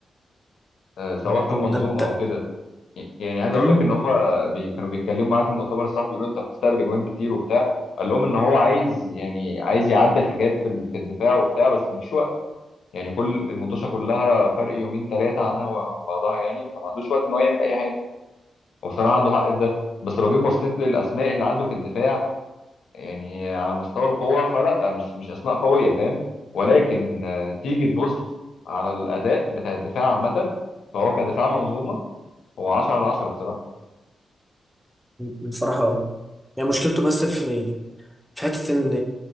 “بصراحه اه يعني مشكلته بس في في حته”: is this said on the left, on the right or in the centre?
Centre